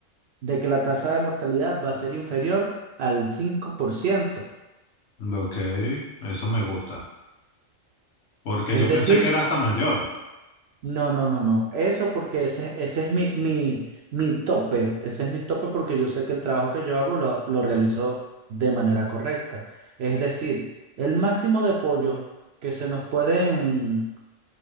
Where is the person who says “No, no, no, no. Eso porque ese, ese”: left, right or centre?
Right